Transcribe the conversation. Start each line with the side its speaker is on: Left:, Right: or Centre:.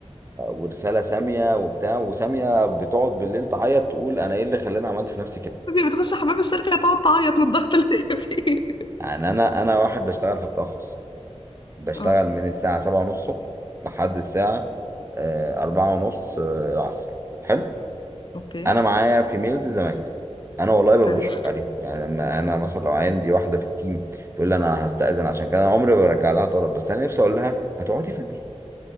Right: ورساله ساميه وبتاع وساميه بتقعد بالليل تعيط تقول انا ايه اللي خلاني عملت في نفسي كده
Left: دي بتخش حمام الشركة تقعد تعيط من الضغط اللي هي فيه
Right: يعني انا انا واحد بشتغل في قطاع خاص بشتغل
Left: اه
Right: من الساعه سبعة ونص الصبح لحد الساعه آه، أربعة ونص آه، العصر حلو
Left: اوكي
Right: انا معايا في ميلز زمايلي انا والله ببقى
Left: تمام
Right: بشفق عليهم يعني لما انا مثلا لو عندي واحده في التيم تقول لي انا هستأذن عشان كده انا عمري ما برجع لها طلب بس انا نفسي اقول لها ما تقعدي في البيت